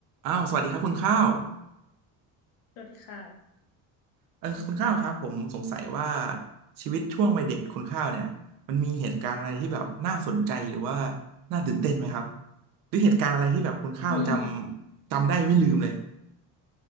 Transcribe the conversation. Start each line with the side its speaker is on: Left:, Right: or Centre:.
Right: อ้าวสวัสดีครับคุณข้าว
Left: สวัสดีค่ะ
Right: เออคุณข้าวครับผมสงสัยว่าชีวิตช่วงวัยเด็กคุณข้าวเนี่ยมันมีเหตุการณ์อะไรที่แบบน่าสนใจหรือว่าน่าตื่นเต้นไหมครับหรือเหตุการณ์อะไรที่แบบคุณข้าวจำจำได้ไม่ลืมเลย
Left: มี